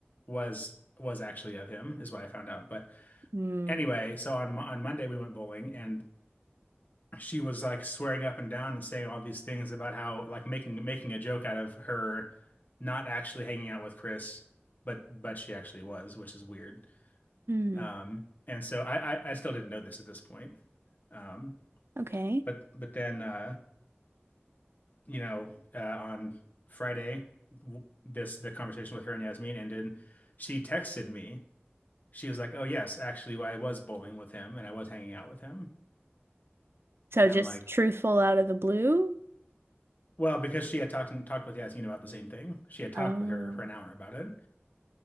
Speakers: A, on the left; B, on the right.
A: was was actually of him is what I found out, but.
B: Mm.
A: anyway, so on on Monday we went bowling and she was like swearing up and down and saying all these things about how like making making a joke out of her not actually hanging out with Chris, but but she actually was, which is weird.
B: Mm.
A: Um, and so I, I I still didn't know this at this point. Um,
B: Okay.
A: but but then uh, you know uh, on Friday w- this the conversation with her and Yasmin ended. She texted me. She was like, "Oh yes, actually, I was bowling with him and I was hanging out with him."
B: So
A: And
B: just
A: I'm like,
B: truthful out of the blue?
A: Well, because she had talked talked with Yasmin about the same thing. She had talked
B: Oh.
A: with her for an hour about it